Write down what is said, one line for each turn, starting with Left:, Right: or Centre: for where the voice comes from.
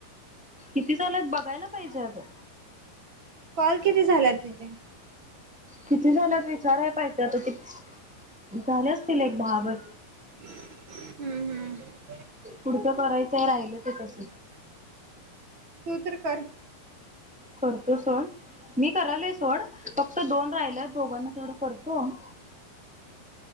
Centre: किती चालूईत बघायला पाहिजे अगं?
Right: कॉल किती झाल्यात तुझे?
Centre: किती झाल्यात विचाराय पाहिजे आता ते झाले असतील एक दहाबर
Right: हम्म हम्म
Centre: पुढचं करायचं राहिलं ते तस?
Right: तु तर कर
Centre: करतो सोड मी करालोय सोड प त दोन राहिलेत दोघांना तेवढं करतो <inaudible>